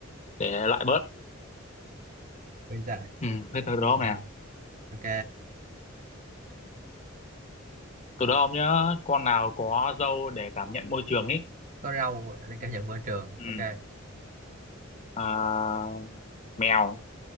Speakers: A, on the left (about 35°); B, on the right (about 40°).
A: để loại bớt.
B: bây giờ
A: Ừ thế từ đó
B: ừ.
A: nè.
B: ok
A: Từ đó ông nhớ con nào có râu để cảm nhận môi trường ấy.
B: có râu để cảm nhận môi trường
A: Ừ.
B: ok
A: À, mèo,